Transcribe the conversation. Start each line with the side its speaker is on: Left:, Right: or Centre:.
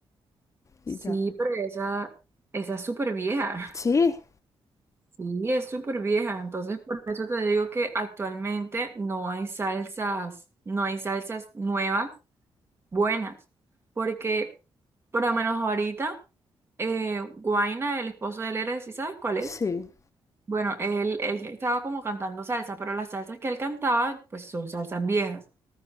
Right: sí,
Left: Y ya.
Right: pero esa, esa es súper vieja.
Left: Sí,
Right: <laughs> Sí, es súper vieja. Entonces, por eso te digo que actualmente no hay salsas, no hay salsas nuevas buenas. Porque, por lo menos ahorita, eh, Guaina, el esposo de Lere, ¿sí sabes cuál es?
Left: sí.
Right: Bueno, él, él estaba como cantando salsa, pero las salsas que él cantaba, pues son salsas viejas.